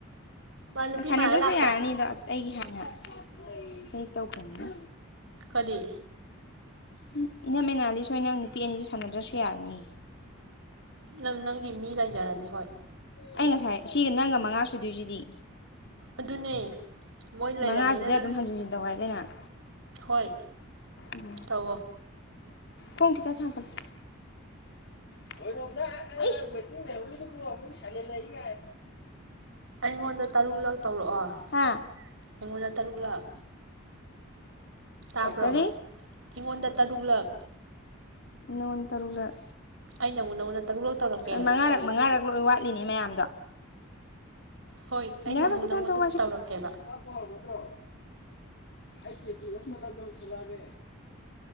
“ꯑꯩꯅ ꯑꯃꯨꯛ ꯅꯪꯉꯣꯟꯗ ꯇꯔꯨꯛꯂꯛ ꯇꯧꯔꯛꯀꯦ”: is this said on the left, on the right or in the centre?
Right